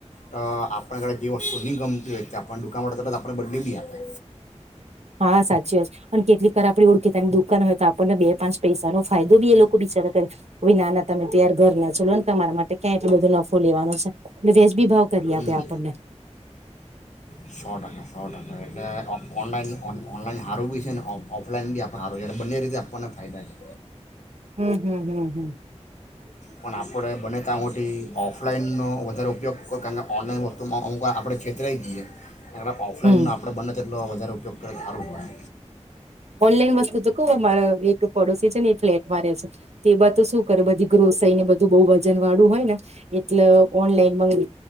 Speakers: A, on the left; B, on the right.
A: તો આપણા કને જે વસ્તુ ની ગમતી હોય છે આપન દુકાન વાળ તરત આપણે બદલી બી આપે.
B: હા સાચી વા છે. પણ કેટલીક વાર આપડી ઓળખેતા દુ હોય તો આપણને બે પાંચ પૈસા નો ફાયદો બી એ લોકો બિચારા કરે ભાઈ ના ના તમે ત્યાર ઘર ના છો લો ને તમારા માટે ક્યાં એટલો બધો નફો લેવાનો છે. એટ વેેશબી ભાવ કરી
A: હમ
B: આપે આપણને.
A: સો ટકા સો ટકા એટલે ઓનલાઈન ઓનલાઈન સારું બી છે ઓફ ઓફલાઈન બી આપણ સારું છે એટ બંને રીતે આપણને ફાયદા છે.
B: હમ્મ હમ્મ હમ્મ હમ્મ.
A: પણ આપણે બને તા મોટી ઓફ ઓફલાઈનનો વધારે ઉપયોગ કરનાર ઓનલાઈન વસ્તુમાં અમુક વાર આપણે છેતરાઈ જીએ. એમા ઓફલાઈન
B: હમ
A: આપણે બને છે તે એલો વધારે ઉપયોગ કરે સારું હોય.
B: ઓનલાઈન વસ્તુ તો કો અમારા એક પડોશી છે ને એ ફ્લેટમાં રહે છે તો એ બથુ શુ કરે બધી ગ્રોસરીને બધું બઉ વજન વાળું હોય ને એટલે ઓનલાઈન મંગ